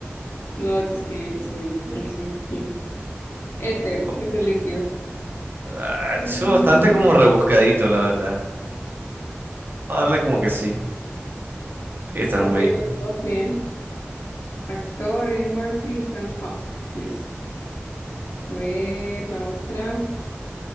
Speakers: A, on the left; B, on the right.
A: No, es que el suyo, el suyo. que- Éter
B: Co-
A: es el líquido.
B: Ah,
A: Mm,
B: eso es bastante como rebuscadito, la verdad. a darle como que sí. Ethan
A: ok,
B: Wake.
A: los dos bien. Actores, Murphy, Ethan Hawke. Listo. A ver, la otra.